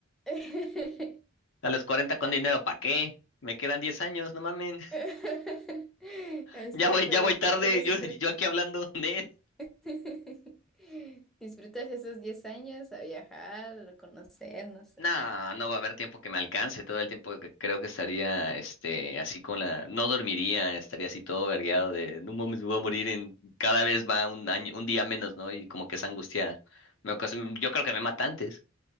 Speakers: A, in the centre; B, on the left.
A: <laughs>
B: A los 40 con dinero, ¿para qué? Me quedan 10 años, no mamen.
A: <laughs> Ahí
B: <laughs>
A: está,
B: Ya voy,
A: puedes,
B: ya voy tarde,
A: puedes
B: yo,
A: disfrutar.
B: yo aquí hablando de él.
A: <laughs> Disfrutas esos 10 años a viajar, a conocer, no sé.
B: No, no va a haber tiempo que me alcance, todo el tiempo que creo que estaría, este, así con la, no dormiría, estaría así todo vergueado de, no mames, me voy a morir en, cada vez va un año, un día menos, ¿no? Y como que esa angustia me ocasiona, yo creo que me mata antes.